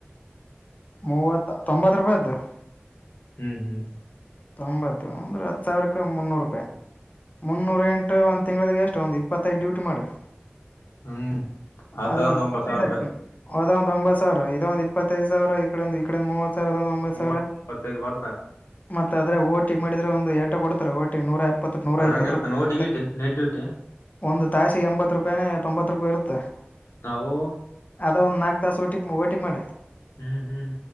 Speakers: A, on the left; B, on the left.
A: ಮೂವತ್ತ ತೊಂಬತ್ತ. <unintelligible> ಹದರ್ಬೇಾದ
B: ಹ್ಮ್ ಹ್ಮ್
A: ತೊಂಬತ್ತು ಅಂದ್ರೆ ಹತ್ತು ಸಾವಿರಕ್ಕೆ ಮುನ್ನೂರು ರೂಪಾಯ <unintelligible> ಮುನ್ನೂರ ಎಂಟು ಒಂದ್ ತಿಂಗಳಗೇ ಎಷ್ಟ ಒಂದು ಇಪ್ಪತ್ತೈದು ಡ್ಯೂಟಿ ಮಾಡ <unintelligible>
B: ಹ್ಮ್ ಆತದ
A: ಅದ
B: ಒಂದ್ ಒಂಬತ್
A: ಕಂಪ್ಲೀಟ್
B: ಸಾವಿರ
A: ಆಯ್ತು
B: ರೂಪಾಯಿ
A: ಹೌದ <inaudible> <unintelligible> ಇದ ಒಂದ ಒಂಬತ್ತ ಸಾವಿರ ಇದ ಒಂದ ಇಪ್ಪತ್ತೈದು ಸಾವಿರ ಈ ಕಡೆ ಇಂದ ಇಂದ ಕಡೆ ಮೂವತ್ತ <unintelligible> ಹತ್ತ ಸಾವಿರ ಒಂದ ಒಂಬತ್ತ
B: ಮೂವತ್
A: ಸಾವಿರಾ?
B: ಇಪ್ಪತ್ತೈದು ಬರ್ತ
A: <unintelligible> ಮತ್ತ ಅದರಾಗ ಓಟಿ ಮಾಡಿದ್ರ ಒಂದು ಏಟ ಕೊಡ್ತಾರೆ ಓಟಿ ನೂರ ಎಪ್ಪತ್ತ. <unintelligible> ನೂರಾ
B: ಅದ್ರಾಗ
A: ಇಪ್ಪತ್ತ
B: ಇರ್ತಾನ
A: ರೂಪಾ
B: ಓಟಿ
A: ತ
B: ಗೀಟಿ ನೆಟ್ ಡ್ಯೂಟಿ
A: <inaudible> ಒಂದ ತಾಸಿಗೆ ಎಂಬತ್ತ ರೂಪಾಯಿ ಏನ್ ತೊಂಬತ್ತ ರೂಪಾಯಿ ಇರುತ್ತ. <unintelligible>
B: ತಾವು <unintelligible>
A: ಅದ ಒಂದು ನಾಲ್ಕು ತಾಸ ಒಟಿಪ ಓಟಿ ಮಾಡ. <unintelligible>
B: ಹ್ಮ್ ಹ್ಮ್